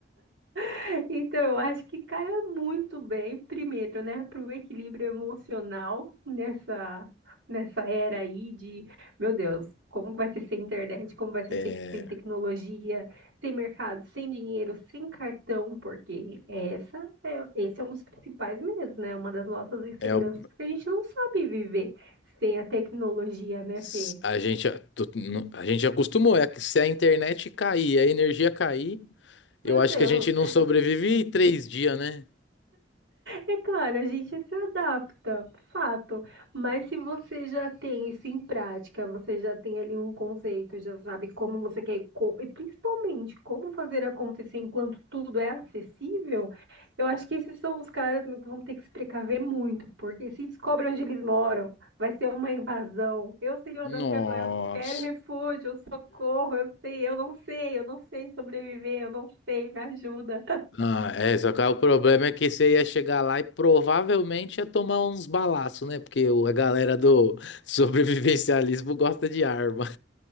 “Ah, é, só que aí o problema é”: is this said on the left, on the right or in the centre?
Left